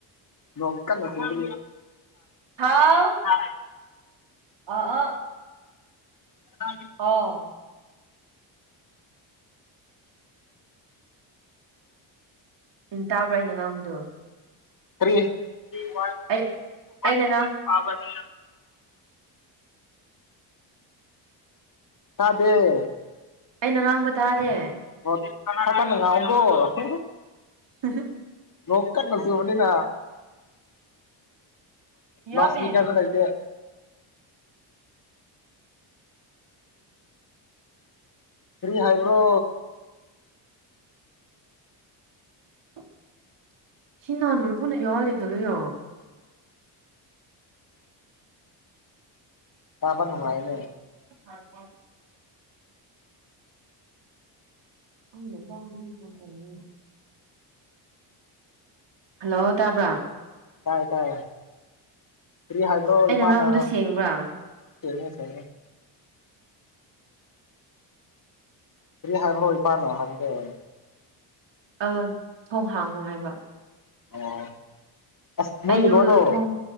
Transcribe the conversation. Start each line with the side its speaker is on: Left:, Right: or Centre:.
Left: ꯃ ꯀꯅ ꯁꯕ
Right: ꯍꯥꯥꯎ
Left: ꯍ
Right: ꯑ ꯑꯥ
Left: ꯑ
Right: ꯑꯣ ꯎꯝ ꯇꯥꯕ꯭ꯔꯥ ꯑꯩꯅ ꯉꯥꯡꯕꯗꯣ
Left: ꯀ <unintelligible>
Right: ꯑꯩ ꯑꯩꯅ ꯉꯥꯡ
Left: ꯑꯥꯕꯅꯦ ꯇꯗꯦ꯫
Right: ꯑꯩꯅ ꯉꯥꯡꯕ ꯇꯥꯗꯦ꯫
Left: <unintelligible>
Right: <unintelligible>
Left: ꯅꯣꯛꯀꯥꯟꯅ ꯆꯨꯕꯅꯤꯅ꯫
Right: ꯌꯥꯝꯃꯦ
Left: ꯂꯥꯎꯠ ꯏꯁꯄꯤꯀꯥꯔꯗꯤ ꯂꯩꯇꯦ꯫ ꯀꯔꯤ ꯍꯥꯏꯕ꯭ꯔꯣ꯫
Right: <unintelligible>
Left: ꯇꯥꯕ
Right: <inaudible>
Left: ꯅꯨꯡꯉꯥꯏꯅꯦ
Right: ꯑ ꯃꯦꯒꯃꯤ ꯐ ꯇꯣꯡ ꯍꯜꯂꯣ ꯇꯕ꯭ꯔ
Left: ꯇꯥꯏ ꯇꯥꯏ ꯐ꯭ꯔꯤ ꯍꯥꯏꯗ꯭ꯔꯣ
Right: ꯑꯩꯅ
Left: ꯏꯄꯥ
Right: ꯉꯥꯡꯕꯗꯨ
Left: ꯅ
Right: ꯁꯦꯡꯕ꯭ꯔꯥ
Left: ꯁꯦꯝꯦꯡꯅꯤ ꯁꯦꯡꯅꯤ ꯀꯔꯤ ꯍꯥꯏꯕ꯭ꯔꯣ ꯏꯄꯥꯅ ꯍꯥꯏꯕꯗ
Right: ꯑ ꯊꯣꯡ ꯍꯥꯡꯉꯨ ꯍꯥꯏꯕ
Left: ꯑꯣ ꯑꯁ ꯅꯣꯏꯒꯗꯣ
Right: ꯑꯩꯗꯣ ꯊꯣꯡ